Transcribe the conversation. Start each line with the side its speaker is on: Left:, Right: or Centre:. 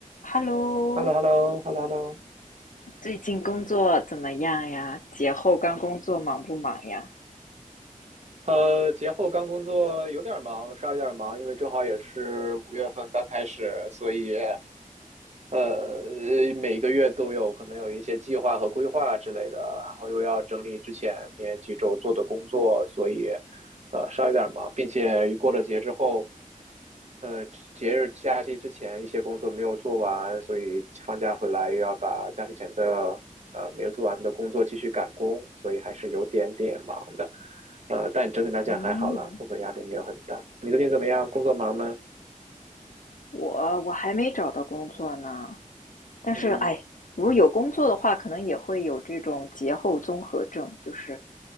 Left: Hello，
Right: h e l l o h e l l o h e l l o h e l l o
Left: 最近工作怎么样呀？节后刚工作忙不忙呀？
Right: 呃，节后刚工作有点忙，稍微有点忙，因为正好也是五月份刚开始，所以呃，每个月都有可能有一些计划和规划之类的，然后又要整理之前面几周做的工作，所以呃，稍微有点忙，并且一过了节之后。呃，节日假期之前一些工作没有做完，所以放假回来又要把假期前的呃没有做完的工作继续赶工，所以还是有点点忙的。呃，但整体来讲还好啦，
Left: 嗯，
Right: 工作压力没有很大。你最近怎么样？工作忙吗？
Left: 我我还没找到工作呢，但是哎，
Right: 嗯，
Left: 如果有工作的话，可能也会有这种节后综合症，就是